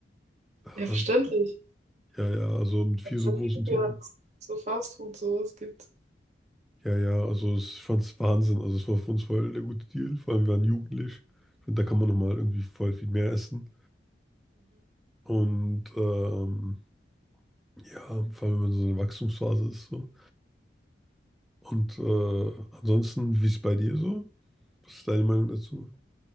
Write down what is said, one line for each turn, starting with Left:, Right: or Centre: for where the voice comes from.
Centre: äh,
Right: Ja, verständlich.
Centre: ja, ja, also mit vier
Right: Wenn es
Centre: so
Right: halt
Centre: großen
Right: mal gibt,
Centre: Typen.
Right: ja, dass es so Fast Food sowas gibt.
Centre: Ja, ja, also es fand es Wahnsinn. Also es war für uns voll der gute Deal. Vor allem wir waren jugendlich. Ich finde, da kann man nochmal irgendwie voll viel mehr essen. Und ähm, ja, vor allem wenn man so in der Wachstumsphase ist. So. Und äh, ansonsten, wie ist es bei dir so? Was ist deine Meinung dazu?